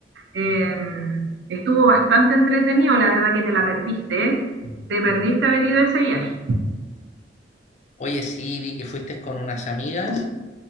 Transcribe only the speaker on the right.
Eh, estuvo bastante entretenido, la verdad que te la perdiste, ¿eh? Te perdiste haber ido a ese viaje.